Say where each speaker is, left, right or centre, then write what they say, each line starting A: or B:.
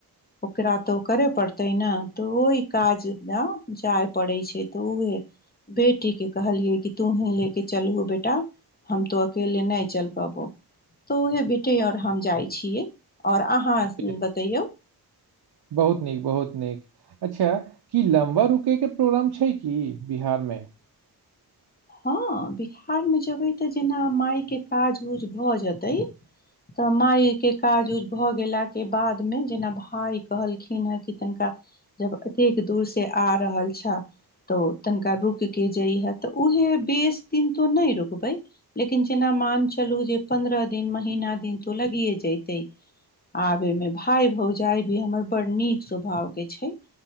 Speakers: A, on the left; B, on the right.
A: ओकरा त उ करे पड़ते ते ने तऽ ओहि काज जाय पड़ै छै तऽ उहै बेटीके हे कहलियए कि तू ही ले के चलब बेटा हम तो अकेले नहि चल पबोहो तऽ उहे बेटे आओर हम जाइ छियै आओर अहाँ
B: बेस,
A: बतैयौ
B: बहुत नीक बहुत नीक अच्छा कि लम्बा रुकेके प्रोग्राम छै कि बिहारमे
A: हँ बिहारमे जेबै तऽ जेना मायके काज उज भऽ जेतै तऽ मायके काज उज भऽ गेलाके बादमे जेना भाय कहलखिन हेँ कि तनिका जब एतेक दूर से आ रहल छ तऽ तनिका रुकि के जइहे तऽ उऊहे बेस दिन तो नहि रुकबए लेकिन जेना मान चलू जे पन्द्रह दिन महीना दिन तू लगिए जैते आब एहिमे भाय भौजाइ भी हमर बड़ नीक स्वभावके छै